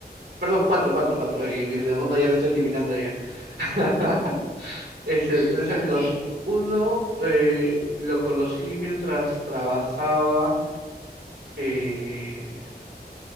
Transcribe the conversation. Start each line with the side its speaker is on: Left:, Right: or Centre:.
Right: Perdón, cuatro, cuatro, cuatro. Y mi segundo ya lo estoy eliminando ya. <laughs> Este,
Left: <gasps>
Right: tres
Left: <laughs> ok,
Right: amigos. Uno eh, lo conocí mientras trabajaba, eh,